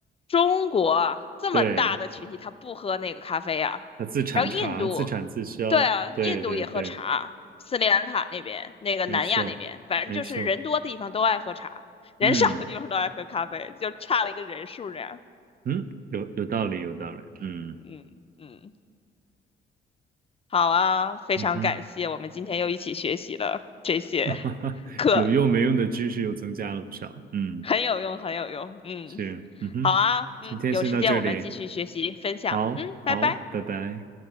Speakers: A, on the left (about 30°); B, on the right (about 45°).
A: 中国这么大的群体，
B: 对，
A: 他不喝那个咖啡啊。
B: 它自产茶，
A: 然后印度，
B: 自产自销，
A: 对啊，
B: 对对对，
A: 印度也喝茶，斯里兰卡那边，那个南亚那边，
B: 没错没错，
A: 反正就是人多的地方都爱喝茶，人少的地方都爱喝咖啡，
B: 嗯
A: 就差了一个人数这样。
B: 嗯，有有道理有道理，嗯
A: 嗯嗯，好啊，非常感谢，
B: 嗯哼。
A: 我们今天又一起学习了这些
B: <laughs>
A: 课，
B: 有用没用的知识又增加了不少。嗯，
A: 很有用，很有用。嗯，
B: 是，嗯哼，
A: 好啊，嗯，
B: 今天先到这里，
A: 有时间我们继续学习分享。
B: 好好，
A: 嗯，拜拜。
B: 拜拜。